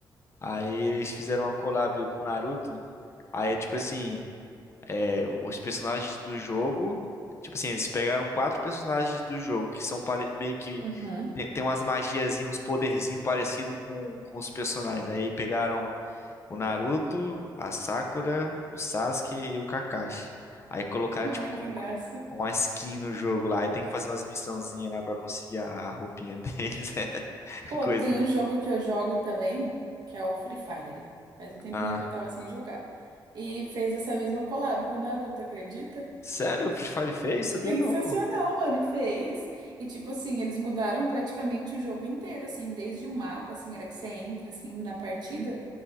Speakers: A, on the left; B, on the right.
A: Aí eles fizeram uma collab com o Naruto. Aí é tipo assim, É, os personagens do jogo. Tipo assim, eles pegaram quatro personagens do jogo que são pare- meio que.
B: Uhum.
A: Tem, tem umas magiazinhas, uns poderzinhos parecidos com, com os personagens. Aí pegaram o Naruto, a Sakura, o Sasuke e o Kakashi. Aí colocaram,
B: Ai,
A: tipo, como
B: que graça.
A: uma skin no jogo lá. Aí tem que fazer umas missãozinhas lá pra conseguir a, a roupinha deles. <laughs>
B: Pô,
A: Coisinha.
B: tem um jogo que eu jogo também, que é o Free Fire. Faz um tempinho
A: Ah.
B: que eu tava sem jogar. E fez essa mesma collab com o Naruto, acredita?
A: Sério? O Free Fire fez? Sabia
B: Sensacional,
A: não, pô.
B: mano, fez. E tipo assim, eles mudaram praticamente o jogo inteiro, assim, desde o mapa, assim, era que você entra assim na partida.